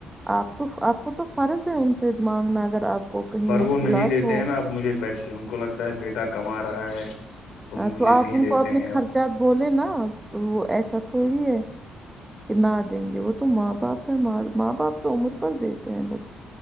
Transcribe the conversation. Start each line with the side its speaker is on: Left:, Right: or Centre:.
Right: آپ تو آپ کو تو فرض ہے ان سے مانگنا اگر آپ کو کہیں
Left: پر
Right: مشکلات
Left: وہ نہیں دیتے
Right: ہو
Left: ہیں نا اب مجھے پیسے ان کو لگتا ہے بیٹا کما رہا ہے تم مجھے
Right: تو آپ
Left: نہیں
Right: ان
Left: دیتے
Right: کو اپنے
Left: ہیں اب
Right: خرچات بولے نا تو وہ پیسہ تھوڑی ہے کہ نہ دیں گے وہ ت ماپ باپ ہےاں ماں باپ تو امر دیتے ہیں ب